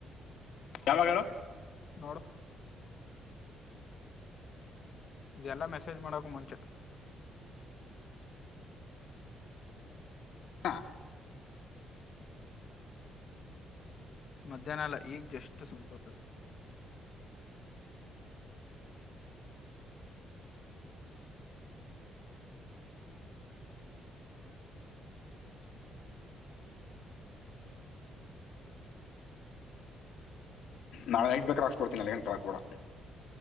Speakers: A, on the left; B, on the left.
A: ಯಾವಾಗ ಹೇಳು
B: ನೋಡು ಇದೆಲ್ಲಾ ಮೆಸೇಜ್ ಮಾಡಕ್ ಮುಂಚೆ
A: ಹ
B: ಮಧ್ಯಾನ ಅಲ ಈಗ್ ಜಷ್ಟು ಸ್ವಲ್ಪತ್ ಆಯ್ತು.
A: ನಾಳೆ ನೈಟ್ ಬೇಕಾದರೆ ಹಾಕಿಸ್ಕೊಡ್ತೀನಿ ನನಗೇನು ಕೇಳಕ್ ಹೋಗ್ಬೇಡ.